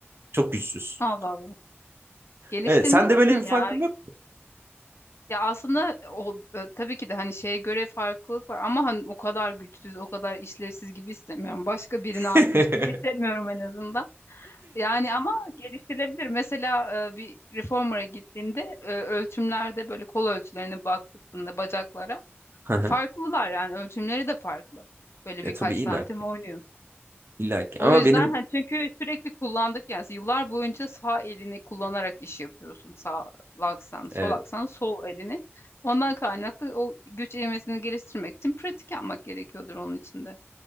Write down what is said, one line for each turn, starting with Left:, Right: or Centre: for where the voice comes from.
Right: Çok güçsüz.
Left: Allah Allah. Geliştirmelisin
Right: Evet, sende böyle bir farkın
Left: ya.
Right: yok.
Left: Ya aslında e, o e, tabii ki de hani şeye göre farklılık var ama hani o kadar güçsüz, o kadar işlevsiz gibi istemiyorum. Başka birine aitmiş
Right: <laughs>
Left: gibi hissetmiyorum en azından. Yani ama geliştirilebilir. Mesela e, bir reformer'a gittiğimde e, ölçümlerde böyle kol ölçülerine baktığımda bacaklara
Right: Hı hı.
Left: farklılar yani ölçümleri de farklı. Böyle
Right: E
Left: birkaç
Right: tabii
Left: santim
Right: illaki.
Left: oynuyor.
Right: illaki.
Left: O
Right: Ama
Left: yüzden
Right: benim
Left: hani çünkü sürekli kullandık yani yıllar boyunca sağ elini kullanarak iş yapıyorsun. Sağ aksan, sol
Right: evet
Left: aksan, sol elini. Ondan kaynaklı o güç eğmesini geliştirmek için pratik yapmak gerekiyordur onun içinde.